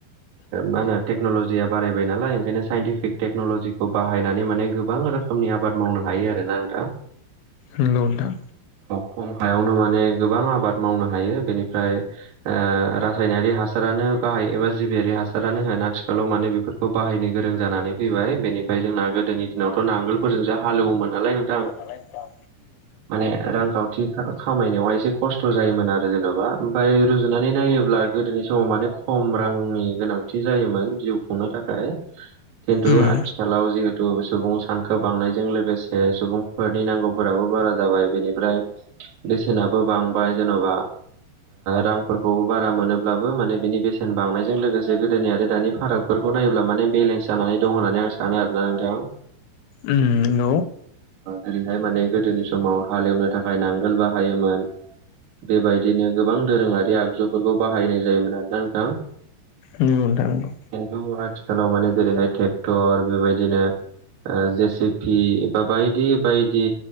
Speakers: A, on the right; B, on the left.
A: मा होनो टेकनल'जिया बारायबाय नालाय ओंखायनो साइनटिफिक टेक्न'लजिखौ बाहायनानै माने गोबां रोखोमनि आबाद मावनो हायो आरोना ना नोंथां
B: नोंगौ नोंथां
A: खम हयावनो माने गोबां आबाद मावनो हायो बेनिफ्राय रसायनारि हासार बाहाय एबा जिबियारि हासारानो होन आथिखालाव माने बेफोरखौ बाहायनो गोरों जानानै फैबाय बेनिफ्राय जों जोंना गोदोनि दिनावथ' नांगोलफोरजों ज हालेवोमोन नालाय नोंथां
B: नंगौ नोंथां
A: माने रांखावथि खामायनायावहाय एसे खस्थ' खस्थ' जायोमोन आरो जेन'बा ओमफ्राय रुजुनानै नायोब्ला गोदोनि समाव माने खम रांनि गोनांथि जायोमोन जिउ खुंनो थाखाय खिन्थु
B: उम
A: आथिखालाव जिहेथु सुबुं सानखो बांनायजों लोगोसे सुबुंफोरनि नांगौ नांगोफोराबो बारा जाबाय बेनिफ्राय बेसेनाबो बांबाय जेन'बा रांफोरखौ बारा मोनोब्लाबो माने बिनि बेसेन बांनायजों लोगोसे गोदोनि आरो दानि फारागकफोर खौ नायोब्ला माने बेलेन्स जानानै दं होननानै आं सानो आरोना नोंथाङा
B: उम न
A: जेरैहाय माने गोदोनि समाव हालेवनो थाखाय नांगोल बाहायोमोन बेबायदिनो गोबां दोरोङारि आगजुफोरखौ बाहायनाय जायोमोन आरोा नोंथां
B: नंगौ नोंथां नांगौ
A: थ आथिखालाव माने जेरैहाय ट्रेक्टर बेबायदिनो जेसिपि एबा बायदि बायदि